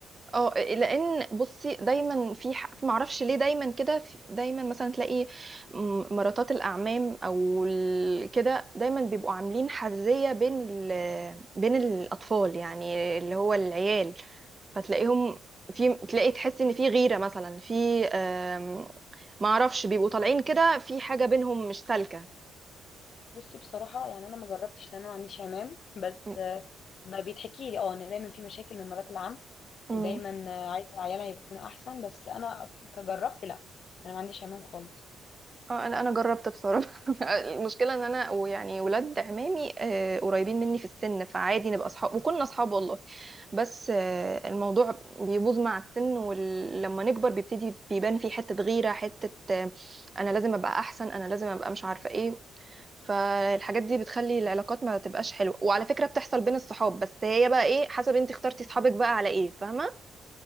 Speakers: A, on the right; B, on the left.
A: اه لان بصي دايما في ح... في معرفش ليه دايما كده في- دايما مثلا تلاقي م- مراتات الاعمام او ال- كده دايما بيبقوا عاملين حزيه بين ال... بين الاطفال يعني اللي هو العيال فتلاقيهم في تلاقي تحس ان في غيره مثلا في آم، معرفش بيبقوا طالعين كده في حاجه بينهم مش سالكه
B: بصي بصراحة يعني أنا ما جربتش لأن أنا ما عنديش عمام بس
A: م-
B: آه، ما بيتحكي لي أه إن دايما في مشاكل من مرات العم
A: م.
B: ودايما آه، عايزة عيالها يكونوا أحسن بس أنا كجربت لأ أنا ما عنديش عمام خالص
A: اه انا انا جربت بصراحه <laughs> المشكله ان انا ويعني ولاد عمامي آه، قريبين مني في السن فعادي نبقى اصحاب وكنا اصحاب والله بس آه، الموضوع بيبوظ مع السن ولما نكبر بيبتدي بيبان فيه حته غيره حته آه، انا لازم ابقى احسن انا لازم ابقى مش عارفه ايه فالحاجات دي بتخلي العلاقات ما تبقاش حلوه وعلى فكره بتحصل بين الصحاب بس هي بقى ايه حسب انت اخترتي صحابك بقى على ايه فاهمه